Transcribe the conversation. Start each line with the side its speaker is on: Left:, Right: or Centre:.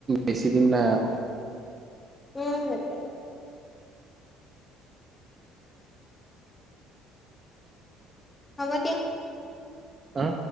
Right: বেছি দিন নাই আউ।
Left: উম, সেইটোৱেই। হ'ব দিয়া।
Right: হা।